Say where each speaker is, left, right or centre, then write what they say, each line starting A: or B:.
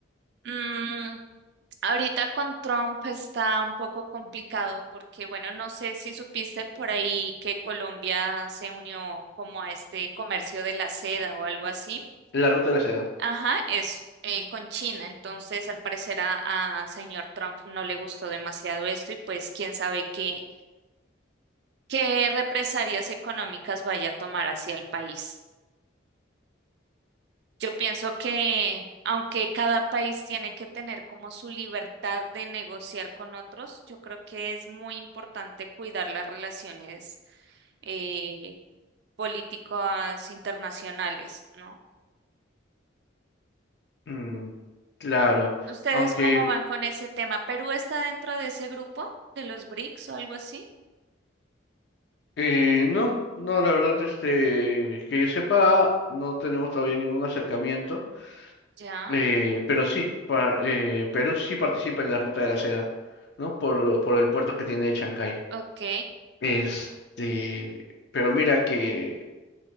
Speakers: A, on the right; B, on the left.
A: Mm, Ahorita con Trump está un poco complicado porque, bueno, no sé si supiste por ahí que Colombia se unió como a este comercio de la seda o algo así.
B: la ruta de la seda?
A: Ajá, eso, eh, con China. Entonces, al parecer a, a señor Trump no le gustó demasiado esto y pues quién sabe qué, qué represalias económicas vaya a tomar hacia el país. Yo pienso que aunque cada país tiene que tener como su libertad de negociar con otros, yo creo que es muy importante cuidar las relaciones eh, políticas internacionales, ¿no?
B: Mm, claro,
A: ¿Ustedes
B: aunque
A: cómo van con ese tema? ¿Perú está dentro de ese grupo de los BRICS o algo así?
B: eh, no, no, la verdad, este, que yo sepa, no tenemos todavía ningún acercamiento,
A: Ya,
B: eh, pero sí, pa- eh, Perú sí participa en la ruta de la seda, ¿no? Por, por el puerto que tiene Chancay.
A: ok.
B: Este, pero mira que,